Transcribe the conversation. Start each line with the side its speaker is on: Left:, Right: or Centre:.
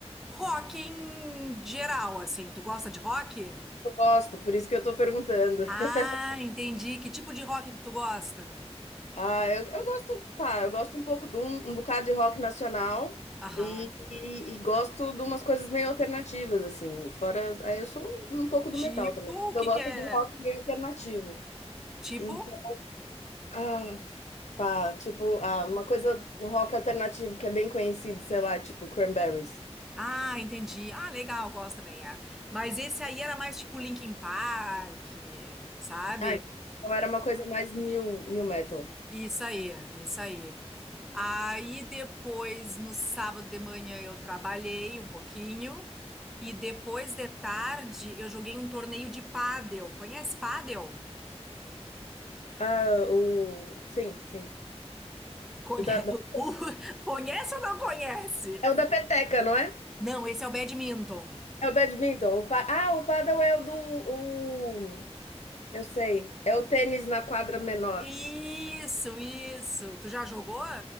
Centre: Rock em geral, assim. Tu gosta de rock?
Left: Eu gosto, por isso que eu tô perguntando.
Centre: Ah,
Left: <laughs>
Centre: entendi. Que tipo de rock tu gosta?
Left: Ah, eu, eu gosto, pá, eu gosto um pouco de um, um bocado de rock nacional
Centre: Aham.
Left: e, e- e gosto de umas coisas meio alternativas, assim. Fora, aí eu sou um pouco do
Centre: Tipo,
Left: metal também.
Centre: o
Left: Eu
Centre: que
Left: gosto
Centre: que é?
Left: de um rock meio alternativo.
Centre: Tipo?
Left: Então, ah, pá, tipo, ah, uma coisa, um rock alternativo que é bem conhecido, sei lá, tipo Cranberries.
Centre: Ah, entendi. Ah, legal, gosto também. é. Mas esse aí era mais tipo Linkin Park, sabe?
Left: Ah, então era uma coisa mais new, new metal.
Centre: Isso aí, isso aí. Aí depois, no sábado de manhã, eu trabalhei um pouquinho. E depois de tarde, eu joguei um torneio de pádel. Conhece pádel?
Left: Ah, o. Sim, sim.
Centre: Conhe-
Left: O da, da-
Centre: <laughs> o- Conhece ou não conhece?
Left: É o da peteca, não é?
Centre: Não, esse é o badminton.
Left: É o badminton. O pa... Ah, o paddle é o do. O... Eu sei. É o tênis na quadra menor.
Centre: Isso, isso. Tu já jogou?